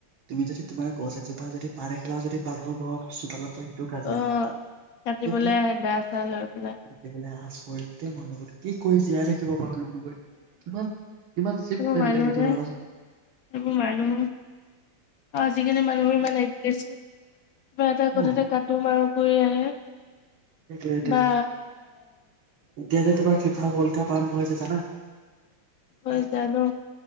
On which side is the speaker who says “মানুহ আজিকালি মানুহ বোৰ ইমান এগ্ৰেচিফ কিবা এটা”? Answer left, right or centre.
Left